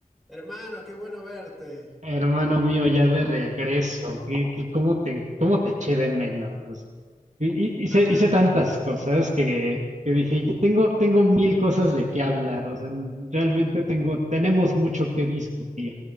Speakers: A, in the centre; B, on the right.
A: Hermano, qué bueno verte.
B: Hermano mío, ya de regreso, ¿qué, qué- cómo te, cómo te eché de menos? Y, y-
A: No,
B: hice, hice
A: yo
B: tantas
A: igual.
B: cosas que, que dije, "Yo tengo, tengo mil cosas de qué hablar, o sea, n- realmente tengo, tenemos mucho que discutir